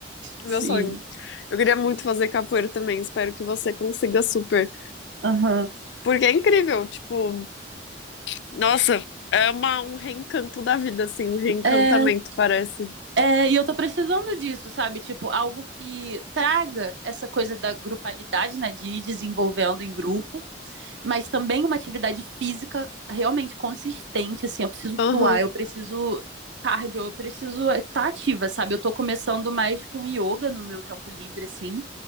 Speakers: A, on the left; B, on the right.
A: meu
B: Sim.
A: sonho. Eu queria muito fazer capoeira também. Espero que você consiga super.
B: Aham.
A: Porque é incrível, tipo, nossa, é uma, um reencanto da vida, assim, um reencantamento,
B: É, é,
A: parece.
B: é, e eu tô precisando disso, sabe? Tipo, algo que traga essa coisa da grupalidade, né? De ir desenvolvendo em grupo, mas também uma atividade física realmente consistente, assim. Eu preciso
A: Aham,
B: fluar, eu preciso cardio, eu preciso estar ativa, sabe? Eu tô começando mais com yoga no meu tempo livre, assim.